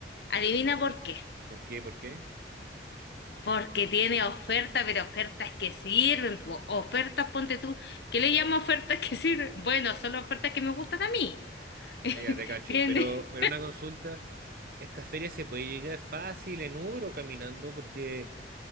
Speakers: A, on the left; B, on the right.
A: Adivina por qué.
B: ¿Por qué? ¿Por qué?
A: Porque tiene ofertas, pero ofertas que sirven. po. Ofertas, ponte tú, ¿qué le llamo ofertas que sirven? Bueno, son las ofertas que me gustan a mí.
B: Ya
A: <laughs>
B: te cacho.
A: Tiene,
B: Pero, pero una consulta, ¿esta feria se puede llegar fácil en Uber o caminando? Porque...